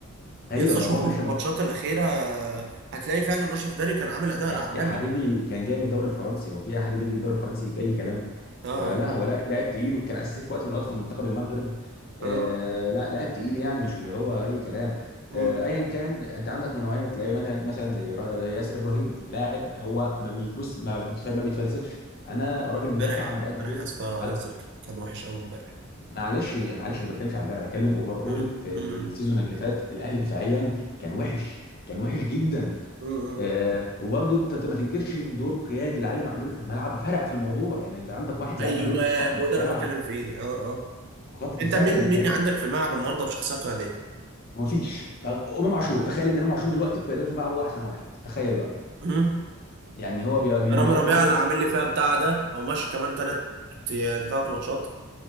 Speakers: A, on the left (about 45°); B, on the right (about 55°).
A: ايوه
B: يا اسطى
A: بقى
B: شوفه
A: هو مش
B: في الماتشات الاخيره هتلاقي فعلا اشرف داري كان عامل اداء
A: يا
B: عالمي
A: يا حبيبي كان جاي من الدوري الفرنسي هو في احد بيجي الدوري الفرنسي اي كلام
B: اه
A: فلا هو لا لاعب تقيل وكان اساسي في وقت من الاوقات في منتخب المغرب
B: اه
A: آه لا لاعب تقيل يعني مش اللي هو اي كلام
B: مم.
A: آه ايا كان انت عندك نوعيه من اللعيبه مثلا مثلا زي را- ياسر ابراهيم لاعب هو ما بيتبص ما, بيتف- ما بيتفلسفش انا راجل مدافع
B: امبارح
A: انا بأدي
B: امبارح
A: دور
B: يا اسطى
A: عل-
B: ياسر ك- كان وحش قوي امبارح
A: معلش معلش انا ما بتكلمش عن امبارح انا بتكلم اوفر اول
B: مم.
A: في
B: مم.
A: السيزون اللي فات الاهلي دفاعيا كان وحش كان وحش جدا
B: مم.
A: آه، وبرضه انت ما تنكرش ان دور قيادي لعلي معلول في الملعب فرق في الموضوع يعني انت عندك واحد زي
B: ايوه
A: علي معلول في خط
B: هو
A: الدفاع
B: ده اللي أنا بتكلم فيه اه اه
A: في خط الدفاع
B: انت مين
A: كان
B: مين
A: كان كان-
B: عندك في الملعب النهارده بشخصيه قياديه
A: ما فيش امام عاشور تخيل ان امام عاشور دلوقتي القيادان في الملعب هو احسن واحد تخيل بقى
B: مم.
A: يعني هو بي- بي-
B: رامي
A: بيؤدي
B: ربيعه
A: الدور
B: اللي
A: ده
B: عامل لي فيها بتاع ده او ماشي كمان ثلاث ثلاث ماتشات